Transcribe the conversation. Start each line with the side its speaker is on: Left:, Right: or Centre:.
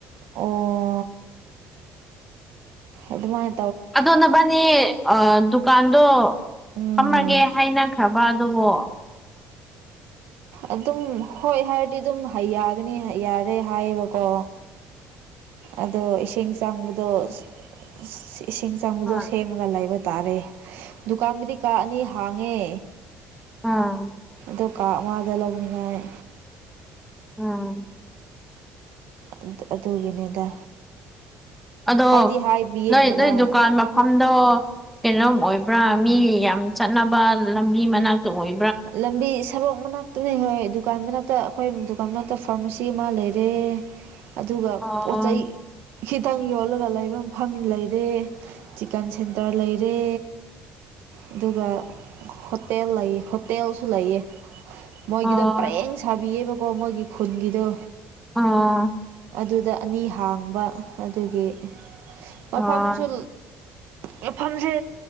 Right: ꯑꯣ ꯑꯗꯨꯃꯥꯏ
Centre: ꯑꯗꯣ ꯅꯕꯅꯤ ꯑꯥ ꯗꯨꯀꯥꯟꯗꯣ
Right: ꯎꯝ
Centre: ꯐꯝꯃꯒꯦ ꯍꯥꯏꯅꯈ꯭ꯔꯕ ꯑꯗꯨꯕꯣ
Right: ꯑꯗꯨꯝ ꯍꯣꯏ ꯍꯥꯏꯔꯗꯤ ꯑꯗꯨꯝ ꯌꯥꯒꯅꯤ ꯌꯥꯔꯦ ꯍꯥꯏꯌꯦꯕꯀꯣ ꯑꯗꯣ ꯏꯁꯤꯡ ꯆꯪꯕꯗꯣ‌‌ ꯑꯁ ꯏꯁꯤꯡ ꯆꯪꯕꯗꯣ
Centre: ꯍꯣꯏ
Right: ꯁꯦꯝ ꯂꯩꯕ ꯇꯥꯔꯦ ꯗꯨꯀꯥꯟꯕꯨꯗꯤ ꯀꯥ ꯑꯅꯤ ꯍꯥꯡꯉꯦ
Centre: ꯑꯥ
Right: ꯑꯗꯣ ꯀꯥ ꯑꯃꯒ ꯂꯧꯅꯤꯡꯉ‌ꯦ ꯍꯥꯏ
Centre: ꯑꯥ
Right: ꯑꯗꯨ ꯑꯗꯨꯒꯤꯅꯤꯗ
Centre: ꯑꯗꯣ
Right: ꯍꯥꯏꯗꯤ ꯍꯥꯏꯕꯤꯌꯦ
Centre: ꯅꯣꯏ
Right: ꯉꯔꯥꯡ
Centre: ꯅꯣꯏ ꯗꯨꯀꯥꯟ ꯃ ꯃꯐꯝꯗꯣ ꯀꯩꯅꯣꯝ ꯑꯣꯏꯕ꯭ꯔꯥ ꯃꯤ ꯌꯥꯝ ꯆꯠꯅꯕ ꯂꯝꯕꯤ ꯃꯅꯥꯛꯇ ꯑꯣꯏ
Right: ꯂꯝꯕꯤ ꯁ‌ꯣꯔꯣꯛ ꯃꯅꯥꯛꯇꯅꯤꯍꯦ ꯗꯨꯀꯥꯟ ꯃꯅꯥꯛꯇ ꯑꯩꯈꯣꯏ ꯗꯨꯀꯥꯟ ꯃꯅꯥꯛꯇ ꯐꯥꯔꯃꯥꯁꯤ ꯑꯃ ꯂꯩꯔꯦ ꯑꯗꯨꯒ
Centre: ꯑꯣ
Right: ꯄꯣꯠ ꯆꯩꯩ ꯈꯤꯇꯪ ꯌꯣꯜꯂꯒ ꯂꯩꯕ ꯃꯐꯝ ꯂꯩꯔꯦ ꯆꯤꯀꯟ ꯁꯦꯟꯇꯔ ꯂꯩꯔꯦ ꯑꯗꯨꯒ ꯍꯣꯇꯦꯜ ꯂꯩ‌ ꯍ‌ꯣ ꯇꯦꯜꯁꯨ ꯂꯩꯌꯦ ꯃꯣꯏꯒꯤꯗꯣ
Centre: ꯑꯣ
Right: ꯄꯔꯦꯡ ꯁꯥꯕꯤꯌꯦꯕꯀꯣ ꯃꯣꯏꯒꯤ ꯈꯨꯟꯒꯤꯗꯣ
Centre: ꯑꯥ
Right: ꯑꯗꯨꯗ ꯑꯅꯤ ꯍꯥꯡꯕ ꯑꯗꯨꯒꯤ ꯃꯐꯝꯁꯨ
Centre: ꯑꯣ
Right: ꯉꯦꯐꯝꯖꯦ